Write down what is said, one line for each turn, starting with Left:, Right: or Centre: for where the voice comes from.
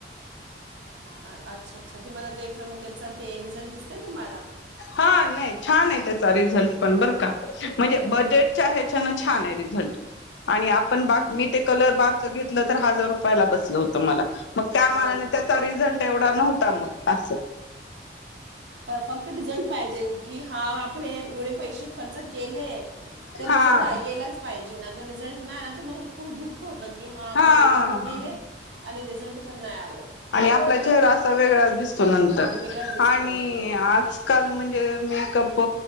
Right: अ- अच्छा अच्छा तुम्हाला ते मग त्याचा ते रिझल्ट दिसतय तुम्हाला
Left: हा नाही छान आहे त्याचा रिझल्ट पण बरं का म्हणजे बजेटच्या ह्याच्यान छान आहे रिझल्ट आणि आपण बा मी ते कलर बारच घेतलं तर हजार रुपयाला बसलं होत मला मग त्यामानाने
Right: हो
Left: त्याचा रिझल्ट एवढा नव्हता मग अस
Right: फक्त रिझल्ट पाहिजेन की हा आपण एवढे पैसे खर्च केलेत तर
Left: हा
Right: रिझल्ट यायलाच पाहिजे ना रिझल्ट नाही तर मग खूप दुःख होत की हा आपले
Left: हा
Right: पैसे पण गेले आणि रिझल्ट पण नाही आलं
Left: आणि आपला चेहरा असा वेगळा दिसतो नंतर
Right: वेगळाच दिसतो
Left: आजकाल
Right: हो
Left: म्हणजे मेकअप